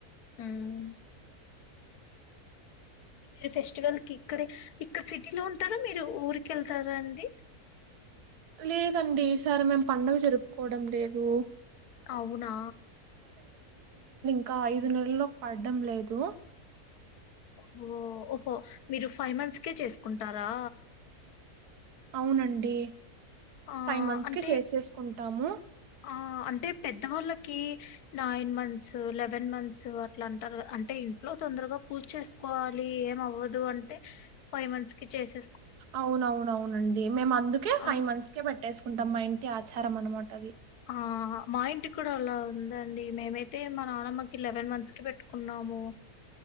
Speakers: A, on the left; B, on the right.
A: మ్మ్ మీరు ఫెస్టివల్ కి ఇక్కడే ఇక్కడ సిటీలో ఉంటారా మీరు ఊరికెళ్తారా అండి
B: లేదండి ఈసారి మేము పండగ జరుపుకోవడం లేదు
A: అవునా
B: ఇకా ఐదు నెలల్లోకి పడ్డం లేదు
A: హో ఓహో మీరు ఫైవ్ మంత్స్కే చేసుకుంటారా
B: అవునండి
A: ఆ
B: ఫైవ్ మంత్స్
A: అంటే
B: కి చేసేసుకుంటాము
A: ఆ అంటే పెద్దవాళ్ళ కి నైన్ మంత్స్ లెవెన్ మంత్స్ అట్లా అంటారు అంటే ఇంట్లో తొందరగా పూజ చేసుకోవాలి ఏమవ్వదు అంటే ఫైవ్ మంత్స్ కి చేసే
B: అవునవునవు రండి మేము అందుకే ఫైవ్
A: ఆ!
B: మంత్స్ కే పెట్టేసు కొంత మా ఇంటి ఆచారం అనమాట అది
A: హ్మ్ హ్మ్ ఆ మా ఇంటి కూడా అలా ఉందండి మేమైతే మా నానమ్మకి లెవెన్ మంత్స్ కి పెట్టుకున్నాము